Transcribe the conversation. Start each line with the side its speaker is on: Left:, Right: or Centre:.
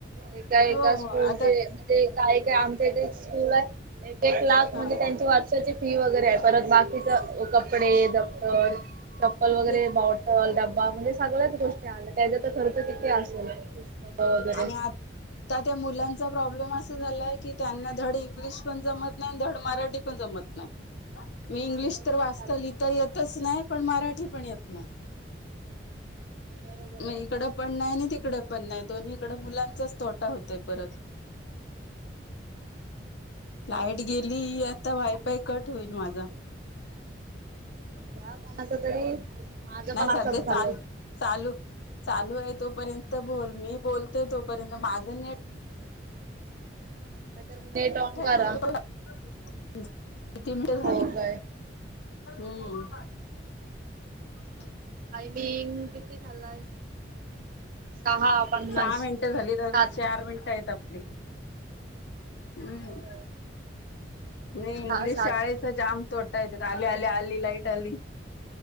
Right: एका
Left: हो
Right: एका स्कूलचे
Left: आता
Right: म्हणजे काय काय आमच्या इथ एक स्कूल आहे एक लाख
Left: हा
Right: म्हणजे त्यांची वर्षाची फी वगैरे आहे परत बाकीच कपडे दप्तर चप्पल, वगैरे
Left: तेच
Right: बॉटल, डब्बा म्हणजे सगळ्याच गोष्टी आणल्या त्याचा तर खर्च कीतिे असेल. पुस्तक वगैरे
Left: आणि आता त्या मुलांचा प्रॉब्लेम अस असं झालंय की त्यांना धड इंग्लिश पण जमत नाही, धड मराठी पण जमत नाही.
Right: हा
Left: मी इंग्लिश
Right: तसच
Left: तर वाचता
Right: झालंय
Left: लिहिता येतच नाही, पण मराठी पण येत नाही
Right: बरोबर
Left: म
Right: आहे.
Left: इकडं पण नाही, आणि तिकड पण नाही, दोन्ही इकड मुलां लाच तोटा होतो य परत लाईट गेली, आता वायपाय कट होईल माझा
Right: घ्या कोणाच तरी पण
Left: नाही सध्या
Right: असंच झालंय.
Left: चालू, चालू, चालू आहे तोपर्यंत बोल, मी बोल ते तोपर्यंत माझं नेट
Right: नाहीतर मग नेट ऑन करा
Left: पण तुला किती मिळ झाली
Right: हो काय.
Left: हम्म <unintelligible> <inaudible> <inaudible>
Right: मी किती झालाय सहा पन्नास
Left: सहा मिनिटं झाली अजून
Right: सात
Left: चार मिनटं आहेत आपली हम्म
Right: हो
Left: म इंग्लिश
Right: सहा सात
Left: शाळेच जाम तोडट येतेत आले आले आली लाईट आली